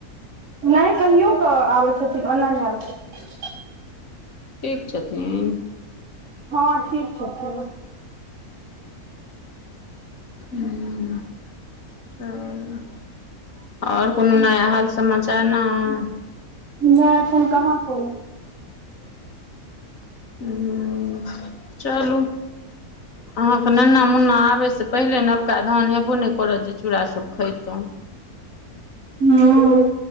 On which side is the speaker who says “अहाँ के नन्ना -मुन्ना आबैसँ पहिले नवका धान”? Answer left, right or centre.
Left